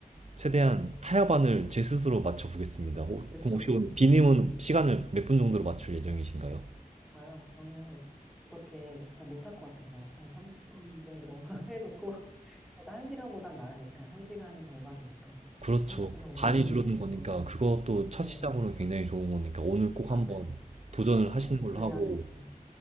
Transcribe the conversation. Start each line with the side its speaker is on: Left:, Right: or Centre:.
Right: 최대한 타협안을 제 스스로 맞춰보겠습니다. 오,
Centre: 그쵸,
Right: 그럼 혹시
Centre: 그쵸.
Right: 오늘 비님은 시간을 몇 분 정도로 맞출 예정이신가요?
Centre: 저요, 저는 그렇게 잘 못할 것 같아서 한 30분 정도 <laughs> 해놓고, 그래도 한시간보단 나으니까, 한시간의 절반이니까
Right: 그렇죠.
Centre: 30분 정도
Right: 반이
Centre: 해놓고,
Right: 줄어든 거니까
Centre: 음,
Right: 그것도 첫
Centre: 네,
Right: 시작으로 굉장히 좋은 거니까 오늘 꼭
Centre: 맞아요.
Right: 한번 도전을 하시는
Centre: 네,
Right: 걸로
Centre: 그래야겠죠.
Right: 하고